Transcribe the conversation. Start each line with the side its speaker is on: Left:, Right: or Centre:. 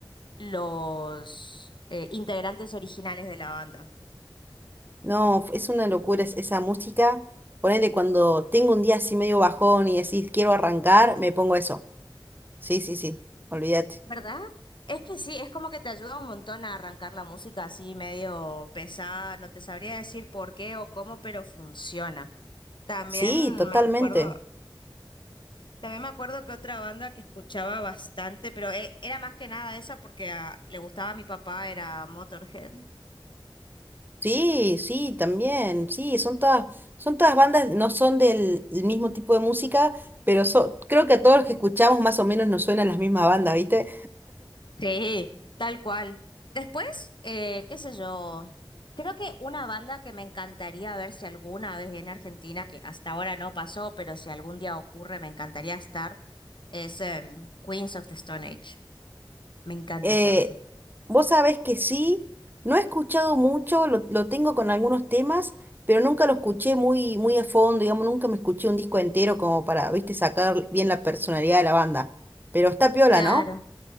Left: los eh, integrantes originales de la banda.
Right: No, f- es una locura es- esa música. Ponele cuando tengo un día así medio bajón y decís quiero arrancar, me pongo eso. Sí, sí, sí, olvídate.
Left: ¿Verdad? Es que sí, es como que te ayuda un montón a arrancar la música así medio pesada. No te sabría decir por qué o cómo, pero funciona. También
Right: Sí, totalmente.
Left: me acuerdo, También me acuerdo que otra banda que escuchaba bastante, pero eh, era más que nada esa porque ah, le gustaba a mi papá, era Motorhead.
Right: Sí, sí, también. Sí, son todas, son todas bandas, no son del el mismo tipo de música, pero so- creo que a todos los que escuchamos más o menos nos suenan las mismas bandas, ¿viste?
Left: Sí, tal cual. Después, eh, qué sé yo, creo que una banda que me encantaría ver si alguna vez viene a Argentina, que hasta ahora no pasó, pero si algún día ocurre, me encantaría estar, es em, Queens of the Stone Age. Me encanta
Right: Eh,
Left: esa banda.
Right: vos sabés que sí, no he escuchado mucho, lo, lo tengo con algunos temas, pero nunca lo escuché muy, muy a fondo, digamos, nunca me escuché un disco entero como para, ¿viste? Sacar bien la personalidad de la banda. Pero está piola,
Left: Claro,
Right: ¿no?